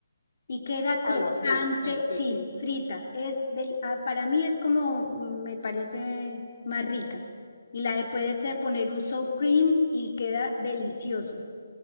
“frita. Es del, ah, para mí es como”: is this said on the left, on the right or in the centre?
Left